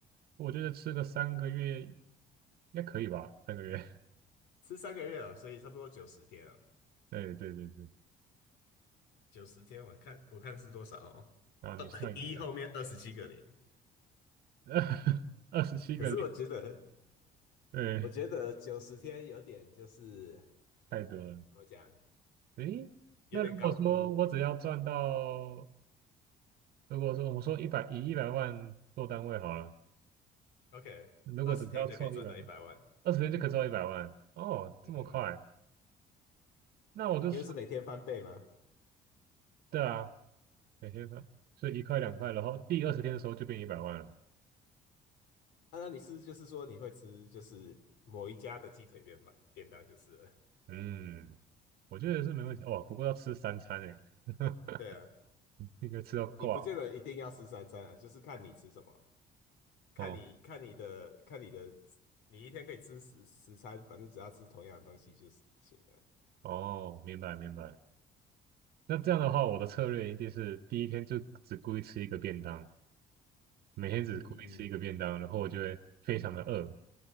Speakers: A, on the right; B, on the left.
A: 我觉得吃个三个月应该可以吧，三个月。<laughs>
B: 吃三个月啊，所以差不多九十天啊，
A: 对对对对，
B: 九十天我看我看是多少哦，
A: 啊，
B: <laughs> 二一后面二十七个零。
A: 你算一下，<laughs> 二十七个零，
B: 可是我觉得，
A: 对，
B: 我觉得九十天有点就是
A: 太多了。
B: 怎么讲，
A: 诶，
B: 有点高估。
A: 那如果说我只要赚到如果说我们说一百以一百万做单位好了，
B: OK，
A: 如果只需要凑一百万，
B: 二十天就可以赚到一百万。
A: 二十天就可以凑一百万哦，
B: 嗯嗯嗯，
A: 这么快？那我就算
B: 因为是每天翻倍嘛。
A: 对啊，每天算，所以一块两块，然后第二十天的时候就变一百万了。
B: 啊，那你是就是说你会吃就是某一家的鸡腿便饭便当就是了。<laughs>
A: 嗯，我觉得是没问题哦，不过要吃三餐诶，<laughs>
B: 对啊，
A: 应该吃到挂
B: 你不见得一定要吃三餐啊，就是看你吃什么。看你看你的看你的，
A: 哦
B: 你一天可以吃十十餐，反正只要吃同样的东西就是行了。
A: 哦，明白明白。那这样的话，我的策略一定是第一天就只故意吃一个便当，每天只故意吃一个便当，
B: 嗯嗯嗯，
A: 然后我就会非常的饿，